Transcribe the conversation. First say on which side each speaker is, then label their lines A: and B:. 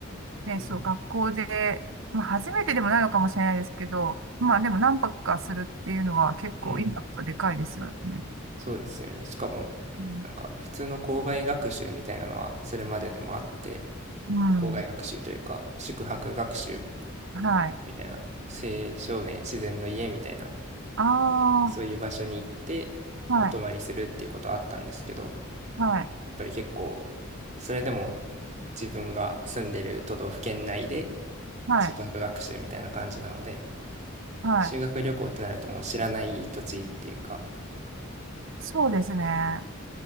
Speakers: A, on the right; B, on the right.
A: ね、
B: うん、
A: そう、学校で、まあ、初めてでもないのかもしれないですけど、まあ、でも、何泊かするっていうのは、結構、
B: うん、
A: インパクトでかいですよね。
B: そうですよね。しかも、
A: うん。
B: なんか普通の校外学習みたいなのはそれまででもあって、
A: うん
B: 校外学習というか、宿泊学習
A: はい。
B: みたいな、青少年自然の家みたいな、
A: ああ、
B: そういう場所に行ってお泊まりするっていうことはあったんですけど、
A: はい、はい、
B: やっぱり結構、それでも自分が住んでる都道府県内で
A: はい、
B: 宿泊学習みたいな感じなので、
A: はい。
B: 修学旅行ってなるともう知らない土地っていうか、
A: そうですね。は